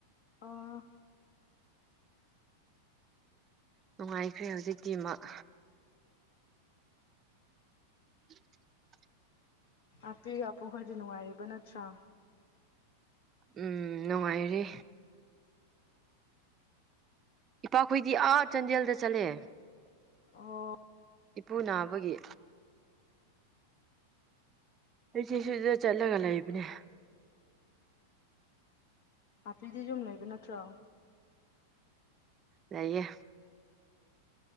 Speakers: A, on the left; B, on the right.
A: ꯑꯣ
B: ꯅꯨꯡꯉꯥꯏꯈ꯭ꯔꯦ ꯍꯧꯖꯤꯛꯇꯀꯤꯃꯛ ꯎꯝ
A: ꯑꯄꯤ ꯑꯄꯨ ꯈꯔꯗꯤ ꯅꯨꯡꯉꯥꯏꯔꯤꯕ ꯅꯠꯇ꯭ꯔꯥ
B: ꯎꯝ ꯅꯨꯡꯉꯥꯏꯔꯤ ꯏꯄꯥꯈꯣꯏꯗꯤ ꯑꯥ ꯆꯥꯟꯗꯦꯜꯗ ꯆꯠꯂꯦ
A: ꯑꯣ
B: ꯄꯨꯨ ꯅꯥꯕꯒꯤ ꯑꯩ ꯁꯤ ꯁꯗ ꯆꯠꯂꯒ ꯂꯩꯕꯅꯦ
A: ꯑꯄꯤꯗꯤꯖꯝ ꯂꯩꯕ ꯅꯠꯇ꯭ꯔ
B: ꯂꯩꯏꯌꯦ